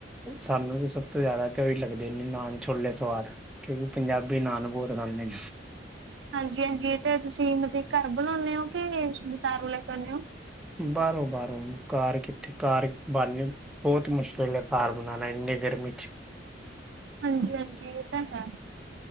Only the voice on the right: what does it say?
ਹਾਂਜੀ ਹਾਂਜੀ ਇਹ ਤੇ ਤੁਸੀਂ ਮਤਲਬ ਘਰ ਬਣਾਉਂਨੇ ਹੋ ਕੇ ਬਜਾਰੋਂ ਲੈ ਕੇ ਆਉਣੇ ਹੋ?
ਹਾਂਜੀ ਹਾਂਜੀ ਇਹ ਤਾਂ ਹੈ।